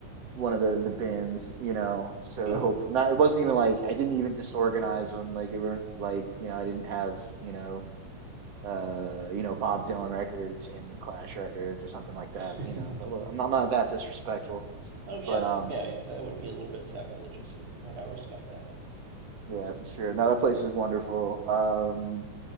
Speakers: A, on the right (about 55°); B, on the right (about 85°).
A: one of the the bins, you know. So
B: hmm
A: the hope not it wasn't even like I didn't even disorganize them. Like it weren't like you know I didn't have you know uh you know Bob Dylan records in with Clash records or something like
B: <laughs>
A: that. You know, so I wa- I'm not, I'm not that disrespectful,
B: Oh yeah,
A: but um
B: yeah, that would be a little bit sacrilegious, and hey, I respect that.
A: yeah for sure. Now that place is wonderful. Um,